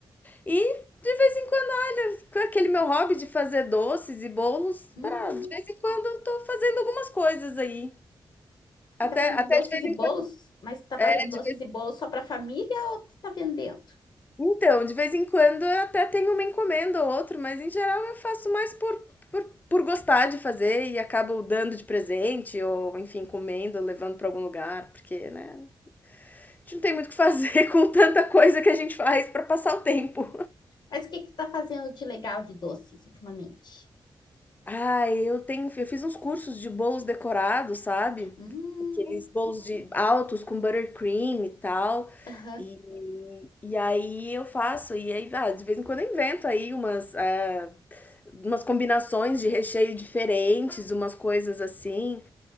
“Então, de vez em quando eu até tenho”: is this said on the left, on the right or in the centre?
Left